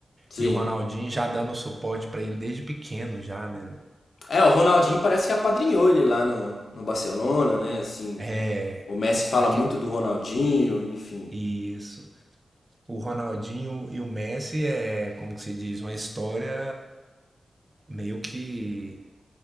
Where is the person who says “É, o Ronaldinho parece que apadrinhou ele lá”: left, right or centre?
Left